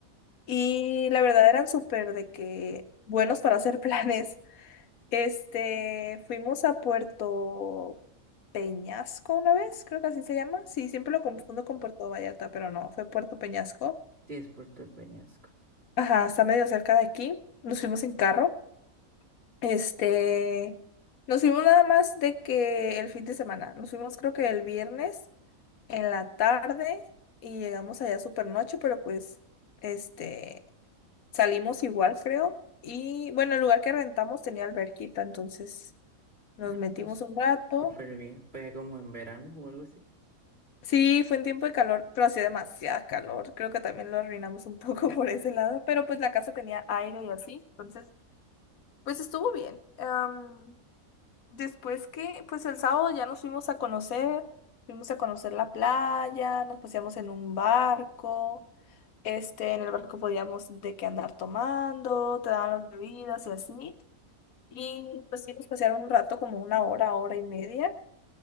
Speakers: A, on the left; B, on the right.
A: Y la verdad eran súper de que buenos para hacer <laughs> planes. Este, fuimos a Puerto Peñasco una vez, creo que así se llama. Sí, siempre lo confundo
B: No.
A: con Puerto Vallarta, pero no, fue Puerto Peñasco.
B: Sí, es Puerto de Peñasco.
A: Ajá, está medio cerca de aquí. Nos fuimos en carro. Este, nos fuimos nada más de que el fin de semana. Nos fuimos creo que el viernes en la tarde y llegamos allá súper noche, pero pues, este, salimos igual, creo. Y bueno, el lugar que rentamos tenía alberquita, entonces nos
B: Ah,
A: metimos
B: Pues
A: un rato.
B: súper bien. Fue como en verano o algo así.
A: Sí, fue en tiempo de calor, pero hacía demasiada calor. Creo que también lo arruinamos un poco <laughs> por ese lado, pero pues la casa tenía aire y así, entonces Pues estuvo bien. Am, después que, pues el sábado ya nos fuimos a conocer, fuimos a conocer la playa, nos paseamos en un barco, este, en el barco podíamos de qué andar tomando, te daban las bebidas y así. Y pues sí, nos pasearon un rato, como una hora, hora y media.